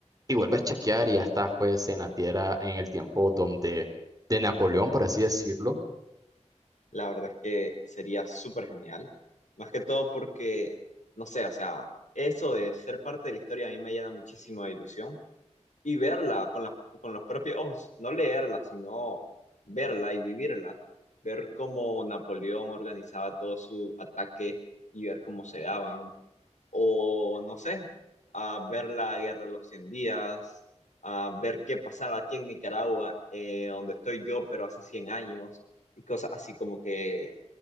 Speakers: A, on the right; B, on the left.
A: y vuelve a chasquear y ya estás pues en la tierra, en el tiempo donde de Napoleón, por así decirlo
B: La verdad es que sería súper genial, más que todo porque, no sé, o sea, eso de ser parte de la historia a mí me llena muchísimo de ilusión y verla con, la- con los propios ojos, no leerla, sino verla y vivirla, ver cómo Napoleón organizaba todo su ataque y ver cómo se daban, o no sé, a ver la Guerra de los Cien Días, a ver qué pasaba aquí en Nicaragua, eh, donde estoy yo, pero hace 100 años, y cosas así como que